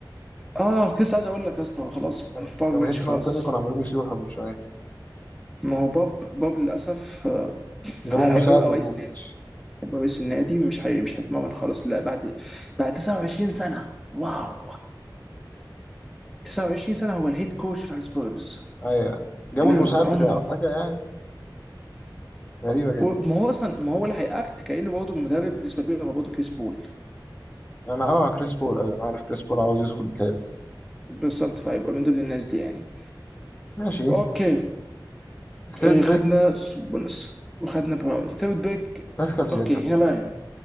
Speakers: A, in the centre; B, on the left (about 20°).
A: اه كنت لسه عايز اقول لك يا اسطى خلاص
B: كان-
A: بوجباتش
B: جماهير سان
A: خلاص
B: أنطونيو كانوا عمالين يسيحوا من شوية
A: ما هو بوب بوب للاسف آه،
B: جابوا
A: هي-
B: مساعد
A: هيبقى
B: وبوفيتش
A: رئيس نادي هيبقى رئيس النادي مش هي مش هيتمرن خلاص لا بعد بعد 29 سنه واو 29 سنه هو الهيد كوتش بتاع السبيرز
B: أيوة جابوا
A: يا لهوي
B: المساعد
A: عمره
B: بتاعه حاجة يعني غريبة جدا
A: وما هو اصلا ما هو اللي هيأكت كأنه برضه مدرب بالنسبه كبيره هو برضه كريس بول
B: أنا أه كريس بول أيوة أنا عارف كريس بول عاوز يدخل الجهاز
A: بالظبط فيبقى من ضمن الناس دي يعني
B: ماشي
A: اوكي
B: الثيرد
A: إيه، خدنا
B: بيك
A: سوبونس وخدنا براون ثيرد باك
B: باسكال سياكم
A: اوكي هنا بقى